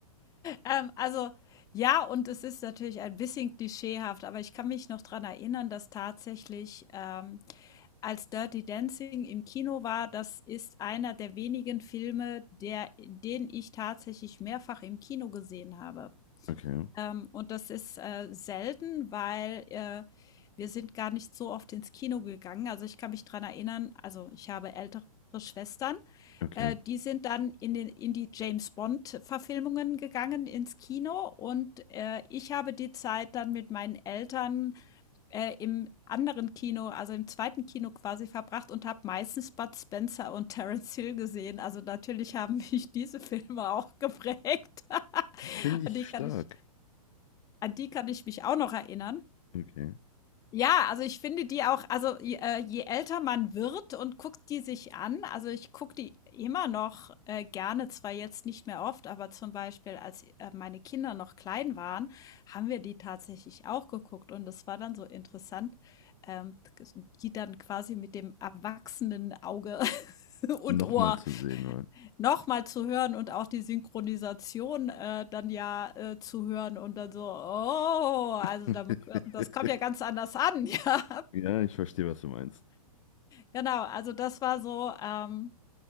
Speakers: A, on the left; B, on the left.
A: Ähm, also ja, und es ist natürlich ein bisschen klischeehaft, aber ich kann mich noch daran erinnern, dass tatsächlich ähm, als Dirty Dancing im Kino war, das ist einer der wenigen Filme, der, den ich tatsächlich mehrfach im Kino gesehen habe.
B: okay,
A: Ähm, und das ist, äh, selten, weil, äh, wir sind gar nicht so oft ins Kino gegangen. Also, ich kann mich dran erinnern also, ich habe ältere Schwestern,
B: okay.
A: äh, die sind dann in den in die James-Bond-Verfilmungen gegangen ins Kino und, äh, ich habe die Zeit dann mit meinen Eltern, äh, im anderen Kino, also im zweiten Kino quasi verbracht und habe meistens Bud Spencer und Terence Hill gesehen. Also, natürlich haben <laughs> mich diese Filme auch <laughs> geprägt.
B: Bin ich
A: die kann
B: stark?
A: ich an die kann ich mich auch noch erinnern.
B: Okay.
A: Ja, also ich finde die auch, also je, äh, je älter man wird und guckt die sich an, also ich gucke die immer noch äh, gerne, zwar jetzt nicht mehr oft, aber zum Beispiel, als äh, meine Kinder noch klein waren, haben wir die tatsächlich auch geguckt und es war dann so interessant, ähm, die dann quasi mit dem erwachsenen Auge <laughs> und
B: Nochmal
A: Ohr
B: zu sehen, oder?
A: noch mal zu hören und auch die Synchronisation, äh, dann ja, äh, zu hören und dann so: „Oh, also
B: <laughs>
A: damit das kommt ja ganz anders an“, <laughs> ja.
B: Ja, ich verstehe, was du meinst.
A: Genau, also das war so, ähm,